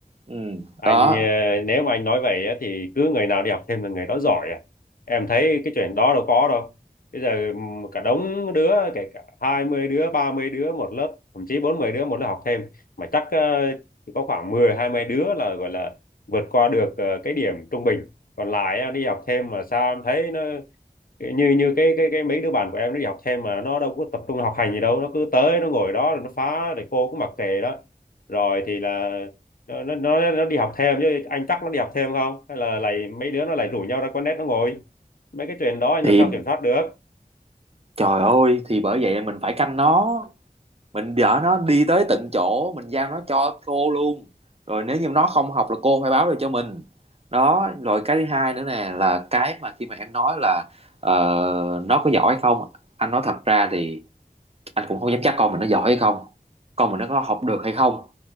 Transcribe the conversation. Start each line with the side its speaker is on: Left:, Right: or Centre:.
Right: ừ
Left: anh
Right: đó
Left: ờ, nếu mà anh nói vậy á, thì cứ người nào đi học thêm là người đó giỏi à em thấy cái chuyện đó đâu có đâu bây giờ ừm, cả đống đứa kể cả 20 đứa 30 đứa một lớp thậm chí 40 đứa một lớp học thêm mà chắc ờ, chỉ có khoảng mười hai mươi đứa là gọi là vượt qua được ờ, cái điểm trung bình còn lại á, đi học thêm mà sao em thấy nó Kiểu như như cái cái cái mấy đứa bạn của em nó đi học thêm mà nó đâu có tập trung học hành gì đâu nó cứ tới nó ngồi đó rồi nó phá rồi cô cũng mặc kệ đó rồi thì là nó nó nó, nó đi học thêm chứ anh chắc nó đi học thêm không hay là lại mấy đứa nó lại rủ nhau ra quán net nó ngồi mấy cái chuyện đó anh
Right: thì
Left: làm sao kiểm soát được
Right: trời ơi thì bởi vậy mình phải canh nó mình dở nó đi tới tận chỗ mình giao nó cho cô luôn rồi nếu như nó không học là cô phải báo lại cho mình đó rồi cái thứ hai nữa nè là cái mà khi mà em nói là ờ, nó có giỏi hay không anh nói thật ra thì anh cũng không dám chắc con mình nó giỏi hay không con mình nó có học được hay không